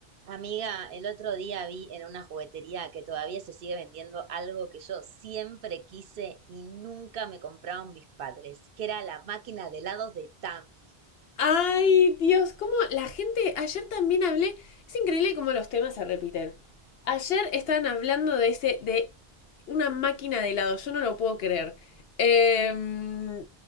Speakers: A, on the right (about 65°); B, on the left (about 70°).
A: Amiga, el otro día vi en una juguetería que todavía se sigue vendiendo algo que yo siempre quise y nunca me compraron mis padres, que era la máquina de helados de Tami.
B: Ay, Dios, cómo la gente, ayer también hablé, es increíble cómo los temas se repiten. Ayer estaban hablando de ese, de una máquina de helado, yo no lo puedo creer. Em,